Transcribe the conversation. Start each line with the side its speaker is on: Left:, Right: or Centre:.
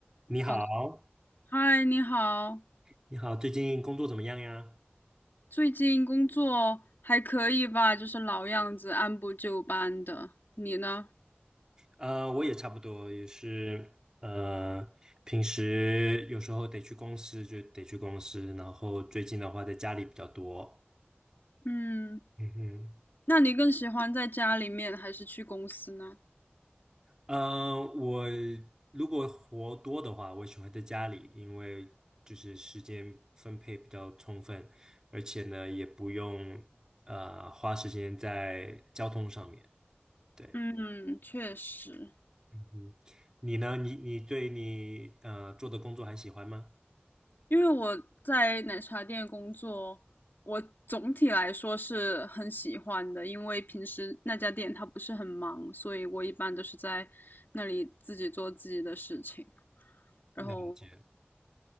Right: 你好，
Left: 好的，嗨，你好，
Right: 你好，最近工作怎么样呀？
Left: 最近工作还可以吧？就是老样子，按部就班的。你呢？
Right: 呃，我也差不多，也是，呃，平时有时候得去公司就得去公司，然后最近的话在家里比较多。
Left: 嗯，
Right: 嗯哼，
Left: 那你更喜欢在家里面还是去公司呢？
Right: 呃，我如果活多的话，我喜欢在家里，因为就是时间分配比较充分，而且呢也不用呃花时间在交通上面。对。
Left: 嗯，确实，
Right: 嗯，你呢？你你对你呃做的工作还喜欢吗？
Left: 因为我在奶茶店工作，我总体来说是很喜欢的，因为平时那家店它不是很忙，所以我一般都是在那里自己做自己的事情。然后
Right: 了解，